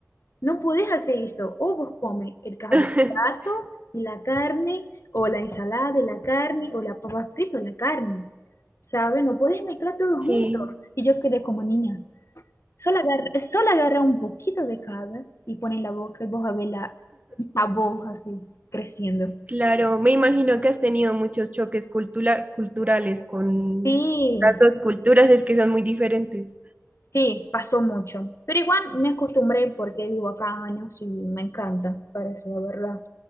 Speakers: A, on the left; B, on the right.
A: No podés hacer eso. O vos comes el carbohidrato
B: <laughs>
A: y la carne, o la ensalada y la carne, o la papa frita y la carne. ¿Sabes? No podés mezclar todo junto.
B: sí.
A: Y yo quedé como niña. Solo agarra, solo agarra un poquito de cada y pone en la boca y vos a ver la, el sabor así creciendo.
B: Claro, me imagino que has tenido muchos choques cultura- culturales con
A: Sí,
B: las dos culturas, es que son muy diferentes.
A: sí, pasó mucho. Pero igual me acostumbré porque vivo acá años y me encanta, parece la verdad.